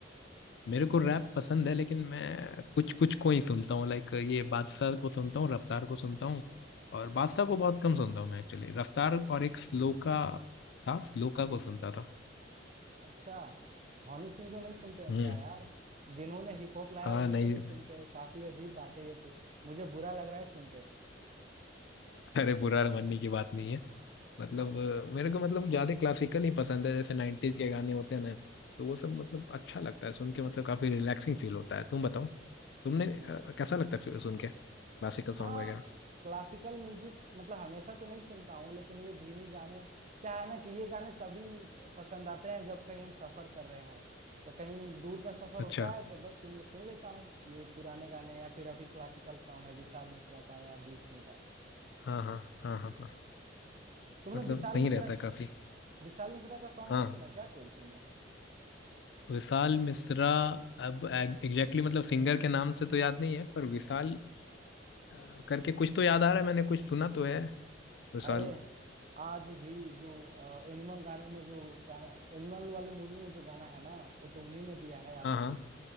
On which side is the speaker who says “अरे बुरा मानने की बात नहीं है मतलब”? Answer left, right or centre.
Left